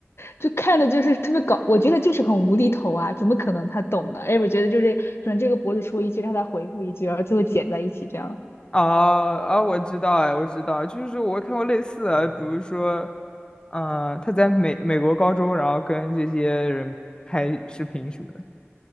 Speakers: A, on the left (about 65°); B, on the left (about 20°).
A: 就看的就是特别搞，我觉得就是很无厘头啊，怎么可能他懂呢？哎，我觉得就是可能这个博主说一句，让他回复一句，然后最后剪在一起这样。
B: 啊啊，我知道哎，我知道，就是我看过类似的，比如说，嗯、他在美美国高中，然后跟这些人拍视频什么的。